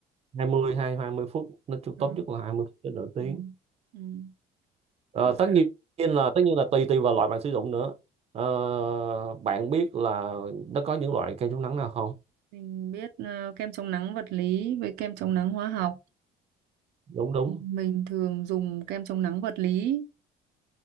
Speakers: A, on the right (about 35°); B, on the right (about 80°).
A: 20 hay 20 phút nó chu-
B: ừ.
A: tốt nhất là 20 phút đến nửa tiếng
B: ừm, ừm.
A: Ờ,
B: Với
A: tất
B: cả
A: nhiên là tất nhiên là tùy tùy vào loại bạn sử dụng nữa Ờ, bạn biết là nó có những loại kem chống nắng nào không
B: mình biết ờ, kem chống nắng vật lý với kem chống nắng hóa học
A: đúng đúng
B: mình thường dùng kem chống nắng vật lý